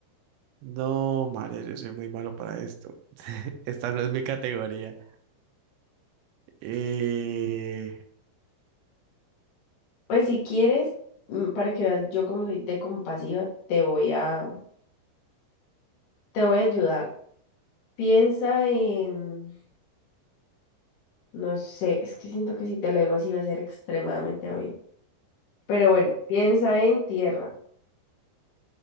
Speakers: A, on the right; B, on the left.
A: No, María, yo soy muy malo para esto. <laughs> Esta no es mi categoría. Eh,
B: Pues si quieres, mm, para que veas yo como soy de compasiva, te voy a Te voy a ayudar. Piensa en, no sé, es que siento que si te lo digo así va a ser extremadamente obvio. Pero bueno, piensa en tierra,